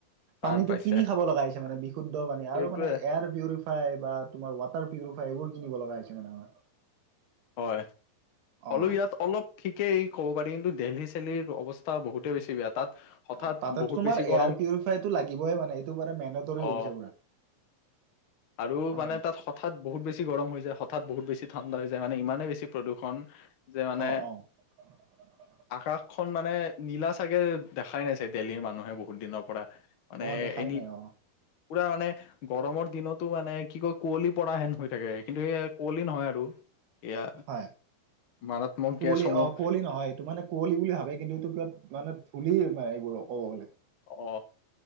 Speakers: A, on the left; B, on the right.
A: টান
B: পানীটো
A: পাইছে
B: কিনি খাব লগা হৈছে মানে বিশুদ্ধ পানী
A: সেইটোৱে
B: আৰু মানে এয়াৰ পিউৰিফ বা তমাৰ ৱাটাৰ পৰিফাই এইবোৰ কিনিব লগা হৈছে মানে আমাৰ
A: হয়
B: অ
A: আৰু ইয়াত অলপ ঠিকেই, ক'ব পাৰি কিন্তু দিল্লী, চিল্লী অৱস্থা বহুতেই বেছি বেয়া। তাত হঠাৎ
B: অ তাতেটো
A: বহুত
B: তোমাৰ
A: বেছি
B: এয়াৰ
A: গৰম
B: পিউৰিফাইটো লাগিবই মানে এইটো বাৰু মেনেতৰ হৈ
A: অ
B: গৈছে পুৰা।
A: আৰু
B: অ
A: মানে তাত হঠাৎ বহুত বেছি গৰম হৈ যায়, হঠাৎ বহুত বেছি ঠাণ্ডা হৈ যায়, মানে ইমানেই বেছ প্ৰদূষণ যে মানে
B: অ <unintelligible>
A: আকাশখন মানে নীলা চাগে দেখাই নাই চাগে, দেলহীৰ মানুহে বহুত দিনৰ পৰা। মানে
B: অ দেখাই
A: এনি
B: নাই অ
A: পুৰা মানে গৰমৰ দিনতো মানে কি কয় কুঁৱলী পৰা হেন হৈ থাকে, কিন্তু সেইয়া কুঁৱলী নহয় আৰু। এয়া
B: হয়,
A: মাৰাত্মক
B: কুঁৱলী
A: গেছসমূহ
B: অ কুঁৱলী নহয়। এইটো মানে কুঁৱলী বুলি ভাবে, কিন্তু এইটো কাত মানে কুঁৱলীয়ে এইবোৰ কব গলে।
A: অ